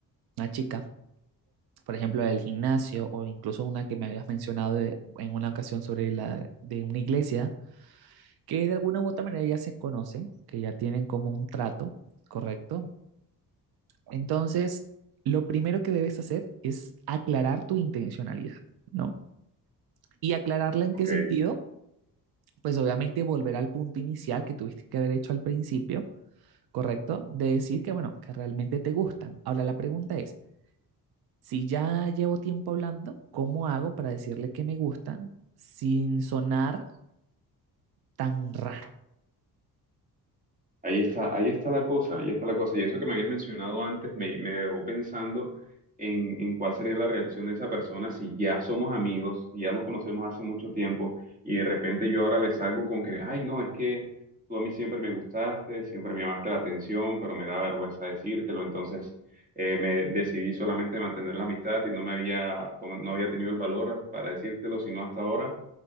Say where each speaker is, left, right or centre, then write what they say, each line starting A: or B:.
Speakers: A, on the right; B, on the right.
A: una chica, por ejemplo, del gimnasio o incluso una que me habías mencionado de- en una ocasión sobre la de una iglesia, que de alguna u otra manera ya se conocen, que ya tienen como un trato, ¿correcto? Entonces, lo primero que debes hacer es aclarar tu intencionalidad, ¿no? Y aclararla en
B: Ok.
A: qué sentido, pues obviamente volver al punto inicial que tuviste que haber hecho al principio, ¿correcto? De decir que, bueno, que realmente te gustan. Ahora la pregunta es, si ya llevo tiempo hablando, ¿cómo hago para decirle que me gustan sin sonar tan raro?
B: Ahí está, ahí está la cosa, ahí está la cosa. Y eso que me habías mencionado antes me, me dejó pensando en, en cuál sería la reacción de esa persona si ya somos amigos, si ya nos conocemos hace mucho tiempo y de repente yo ahora le salgo con que, ay, no, es que tú a mí siempre me gustaste, siempre me llamaste la atención, pero me da vergüenza decírtelo. Entonces eh, me decidí solamente mantener la amistad y no me había, no había tenido el valor para decírtelo, sino hasta ahora